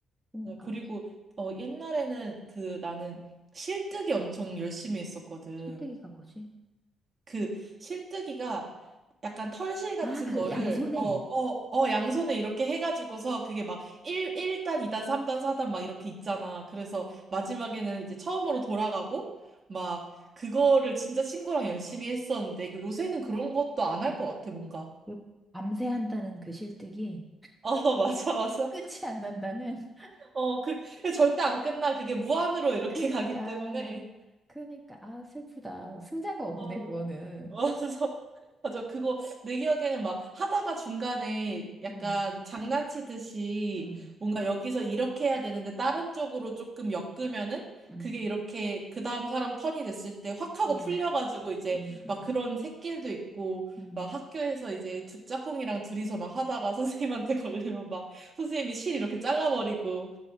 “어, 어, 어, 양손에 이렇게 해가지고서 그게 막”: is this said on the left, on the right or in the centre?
Right